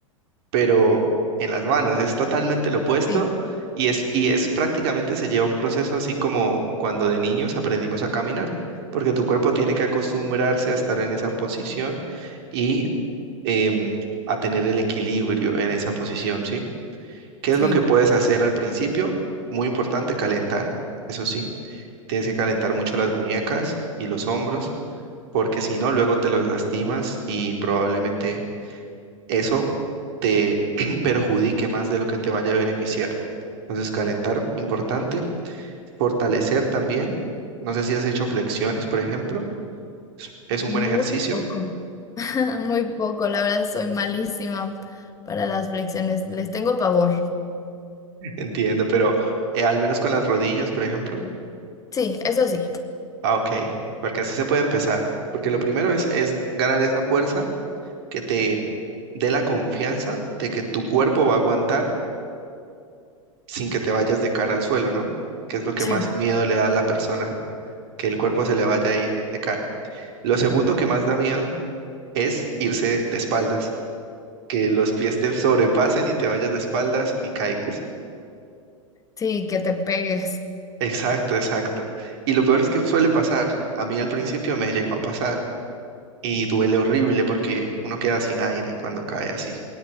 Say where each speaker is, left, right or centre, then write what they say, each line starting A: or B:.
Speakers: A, on the right; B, on the left.
A: pero en las manos es totalmente lo opuesto
B: Sí,
A: y es, y es prácticamente se lleva un proceso así como cuando de niños aprendimos a caminar, porque tu cuerpo tiene que acostumbrarse a estar en esa posición y em, a tener el equilibrio en esa posición, ¿sí? ¿Qué
B: sí,
A: es lo que puedes hacer al principio? Muy importante, calentar, eso sí, tienes que calentar mucho las muñecas y los hombros, porque si no, luego te los lastimas y probablemente eso te <clears throat> perjudique más de lo que te vaya a beneficiar. Entonces, calentar, importante. Fortalecer también. No sé si has hecho flexiones, por ejemplo. Es es un
B: muy
A: buen ejercicio,
B: poco. <laughs> Muy poco, la verdad soy malísima para las flexiones, les tengo pavor.
A: entiendo, pero eh, al menos con las rodillas, por ejemplo.
B: Sí, eso sí,
A: Ah, ok, porque así se puede empezar. Porque lo primero es, es ganar esa fuerza que te dé la confianza de que tu cuerpo va a aguantar sin que te vayas de cara al suelo, ¿no? Que es lo que
B: sí,
A: más miedo le da a la persona. que el cuerpo se le vaya a ir de cara. Lo segundo que más da miedo es irse de espaldas, que los pies te sobrepasen y te vayas de espaldas y caigas.
B: sí, que te pegues,
A: Exacto, exacto. Y lo peor es que suele pasar. A mí al principio me llegó a pasar y duele horrible porque uno queda sin aire cuando cae así.